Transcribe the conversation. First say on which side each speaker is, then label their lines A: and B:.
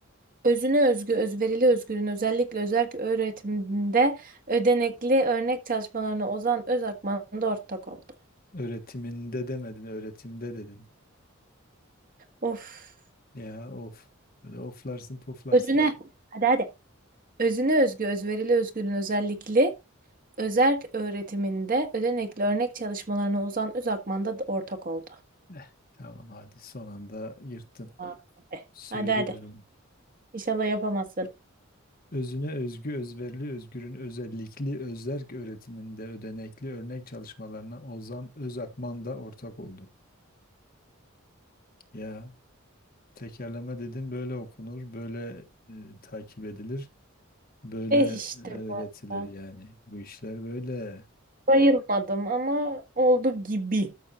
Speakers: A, on the right; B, on the left.
A: Özüne özgü, özverili özgürün özellikle özerk öğretiminde ödenekli örnek çalışmalarına Ozan Özakman da ortak oldu.
B: Öğretiminde demedin, öğretimde dedin.
A: Of.
B: Ya of. Böyle oflarsın poflarsın
A: Özüne.
B: işte.
A: Hadi hadi. Özüne özgü, özverili özgürün özellikli özerk öğretiminde ödenekli örnek çalışmalarına Ozan Özakman da ortak oldu.
B: Eh, tamam hadi son anda yırttın.
A: Hadi
B: Söylüyorum.
A: hadi. hadi. İnşallah yapamazsın.
B: Özüne özgü, özverili, özgürün özellikli, özerk öğretiminde ödenekli örnek çalışmalarına Ozan Özakman da ortak oldu. Ya tekerleme dedim böyle okunur, böyle e, takip edilir, böyle
A: Eh işte
B: öğretilir
A: bu.
B: yani. Bu işler böyle.
A: Bayılmadım ama oldu gibi.